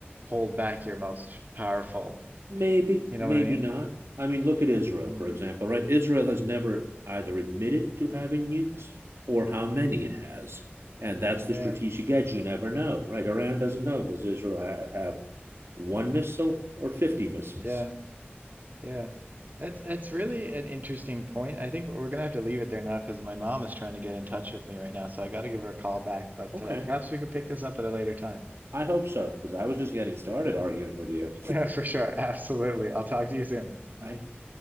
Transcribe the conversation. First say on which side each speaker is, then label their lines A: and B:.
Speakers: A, on the right (about 45°); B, on the right (about 80°).
A: hold back your most powerful.
B: maybe,
A: You
B: maybe
A: know what I mean?
B: not. I mean, look at Israel,
A: Mm,
B: for example, right? Israel has never either admitted to having nukes or how many
A: mm,
B: it has. And that's
A: yeah,
B: the strategic edge. You never know, right? Iran doesn't know. Does Israel ha- have one missile or 50 missiles?
A: yeah, yeah. That's that's really an interesting point. I think we're gonna have to leave it there now because my mom is trying to get in touch with me right now, so I got to give her a call back. But
B: Okay.
A: uh, perhaps we could pick this up at a later time.
B: I hope so, because I was just getting started
A: Uh,
B: arguing with you.
A: <laughs> yeah, for sure. Absolutely. I'll talk to you soon.
B: I